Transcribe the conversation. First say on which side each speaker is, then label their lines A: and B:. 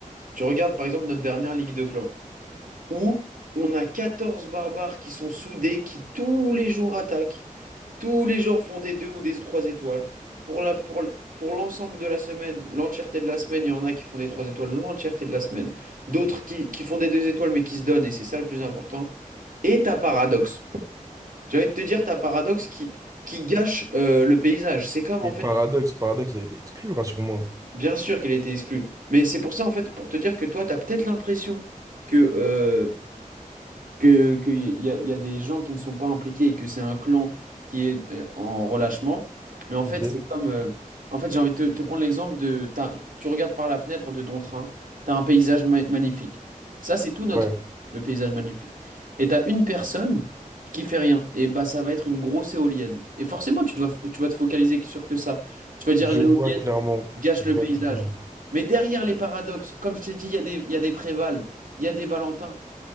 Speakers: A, on the right; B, on the right.
A: tu regardes par exemple notre dernière Ligue de clans, où on a 14 barbares qui sont soudés, qui tous les jours attaquent, tous les jours font des deux ou des trois étoiles. Pour la, pour, le- pour l'ensemble de la semaine, l'entièreté de la semaine, il y en a qui font des trois étoiles l'entièreté de la semaine, d'autres qui, qui font des deux étoiles mais qui se donnent, et c'est ça le plus important. Et ta paradoxe. J'ai envie de te dire, ta paradoxe qui, qui gâche euh, le paysage. C'est comme en
B: Et
A: fait.
B: Paradoxe, Paradoxe a été exclu, rassure-moi.
A: Bien sûr qu'elle était exclue. Mais c'est pour ça, en fait, pour te dire que toi, tu as peut-être l'impression que euh, que, qu'il y y a, y a des gens qui ne sont pas impliqués et que c'est un clan qui est euh, en relâchement. Mais en fait,
B: Ok?
A: c'est comme. euh, en fait, j'ai envie de te, te prendre l'exemple de. t'as- Tu regardes par la fenêtre de ton train, tu as un paysage ma- magnifique. Ça, c'est tout notre.
B: Ouais.
A: Le paysage magnifique. Et tu as une personne qui fait rien. Et bah, ça va être une grosse éolienne. Et forcément, tu vas, tu vas te focaliser sur que ça. Tu vas dire
B: Je
A: l'éolienne
B: vois clairement.
A: gâche
B: Je
A: le
B: vois
A: paysage.
B: clairement.
A: Mais derrière les paradoxes, comme je t'ai dit, il y a des, il y a des Préval, il y a des Valentin.